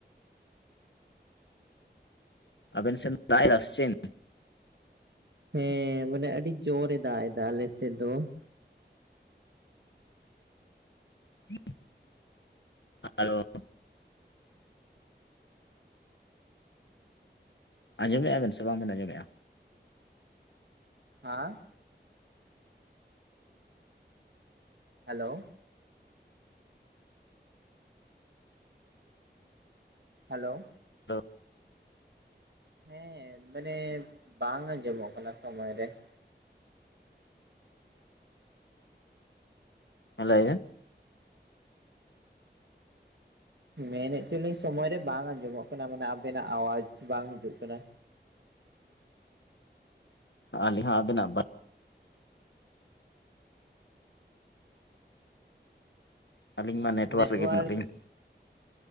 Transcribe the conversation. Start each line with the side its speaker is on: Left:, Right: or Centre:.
Left: ᱟᱵᱮᱱ ᱥᱮᱱ ᱫᱟᱜ ᱮᱫᱟ ᱥᱮ ᱪᱮᱱ?
Right: ᱦᱮᱸ ᱢᱟᱱᱮ ᱟᱹᱰᱤ ᱡᱳᱨᱮ ᱮ ᱫᱟᱜ ᱮᱫᱟ ᱟᱞᱮ ᱥᱮᱫ ᱫᱚ ᱾
Left: <inaudible> ᱟᱸᱡᱚᱢᱮᱜᱼᱟ ᱵᱮᱱ ᱥᱮ ᱵᱟᱝ ᱵᱮᱱ ᱟᱸᱡᱚᱢᱮᱜᱼᱟ?
Right: ᱦᱮᱸ? ᱦᱮᱞᱳ ᱾ ᱦᱮᱞᱳ ᱾
Left: ᱟᱫᱚ
Right: ᱦᱮᱸ ᱢᱟᱱᱮ ᱵᱟᱝ ᱟᱸᱡᱚᱢᱚᱜ ᱠᱟᱱᱟ ᱥᱚᱢᱚᱭ ᱨᱮ ᱾
Left: ᱦᱮᱸ ᱞᱟᱹᱭ ᱵᱮᱱ ᱾
Right: ᱢᱮᱱ ᱮᱫ ᱪᱚᱞᱤᱧ ᱥᱚᱢᱚᱭ ᱨᱮ ᱵᱟᱝ ᱟᱸᱡᱚᱢᱚᱜ ᱠᱟᱱᱟ ᱢᱟᱱᱮ ᱟᱵᱮᱱᱟᱜ ᱟᱣᱟᱡ ᱵᱟᱝ ᱦᱤᱡᱩᱜ ᱠᱟᱱᱟ ᱾
Left: ᱟᱹᱞᱤᱧ ᱦᱚᱸ ᱟᱵᱮᱱᱟᱜ ᱵᱟ ᱟᱹᱞᱤᱧ ᱢᱟ
Right: ᱱᱮᱴᱣᱟᱨᱠ,
Left: ᱨᱮᱜᱮ ᱢᱮᱱᱟᱜ ᱞᱤᱧ